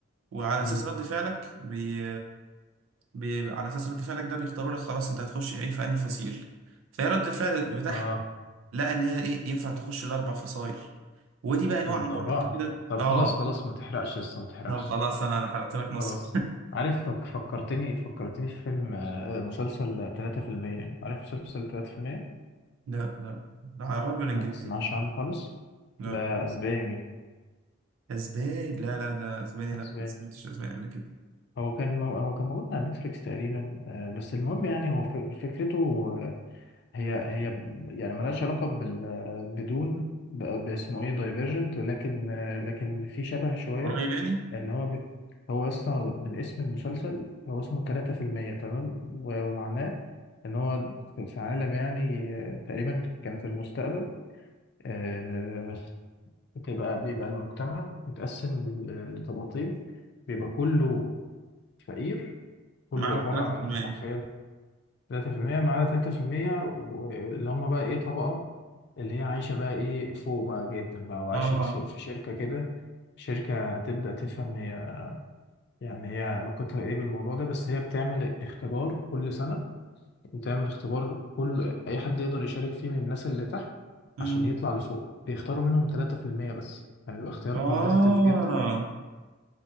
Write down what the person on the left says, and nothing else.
مم.
اه
الاربعه
طب
خلاص خلاص ما تحرقش يا اسطى ما تحرقش
خلاص عارف فك- فكرتني فكرتني في فيلم آه، آه، مسلسل 3% عارف مسلسل 3%
ما
تسمعش
عنه خالص
ده اسباني
اسباني
هو كان مو... هو كان موجود على نتفليكس تقريبا آه، بس المهم يعني هو ف... فكرته هي هي يعني ملهاش علاقة بال بدون ب- باسمه ايه دايفرجنت لكن لكن في شبه شوية
ان هو بي هو اصلا من اسم المسلسل هو اسمه تلاتة في المية تمام و- ومعناه ان هو في عالم يعني تقريبا كان في المستقبل آه، بتبقى بيبقى المجتمع متقسم ل- لطبقتين بيبقى كله فقير كله
عبارة
عن حرفيا 3% معانا 3% واللي هم بقى إيه طبقة اللي هي عايشة بقى إيه فوق بقى جدا بقى وعايشة
في في شركة كده شركة تبدأ تفهم هي يعني هي علاقتها إيه بالموضوع ده بس هي بتعمل اختبار كل سنة بتعمل اختبار كل أي حد يقدر يشارك فيه من الناس اللي تحت
عشان يطلع لفوق بيختاروا منهم 3% بس هيبقى اختيار
كومبيتيتيف جدا